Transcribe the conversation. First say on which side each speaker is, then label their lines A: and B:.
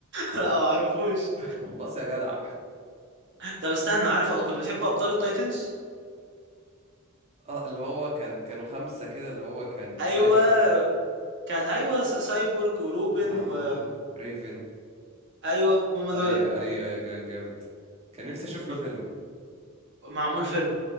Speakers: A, on the right (about 60°); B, on the right (about 30°).
A: لا ما اعرفوش
B: بص يا جدع
A: طب استنى عارف كنت بتحب ابطال التايتنز
B: اه اللي هو كان كانوا خمسة كده اللي هو كان
A: ايوه
B: سايبر
A: كان ايوه س- سايبورغ وروبن
B: آه...
A: و
B: ريفن
A: ايوه هم دولت
B: اي اي اي كان جامد كان نفسي اشوف
A: كنت
B: له فيلم
A: معمول فيلم